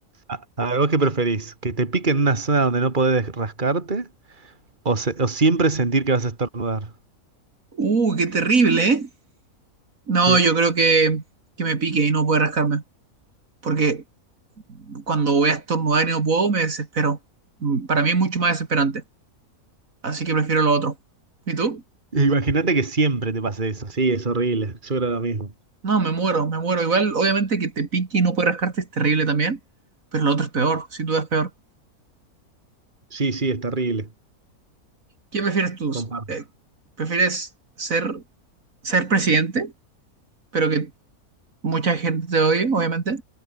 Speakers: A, on the right; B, on the right.
A: A, a ver, ¿vos qué preferís? ¿Que te pique en una zona donde no podés rascarte? ¿O, se- o siempre sentir que vas a estornudar?
B: Uh, qué terrible, ¿eh? No,
A: Sí.
B: yo creo que, que me pique y no puede rascarme. Porque cuando voy a estornudar y no puedo, me desespero. Mm, Para mí es mucho más desesperante. Así que prefiero lo otro. ¿Y tú?
A: Imagínate que siempre te pase eso. Sí, es horrible. Yo creo lo mismo.
B: No, me muero, me muero. Igual, obviamente que te pique y no puedes rascarte es terrible también. Pero lo otro es peor, sin duda es peor.
A: Sí, sí, es terrible.
B: ¿Qué prefieres tú?
A: Comparto.
B: Eh, ¿prefieres ser, ser presidente pero que mucha gente te odie, obviamente,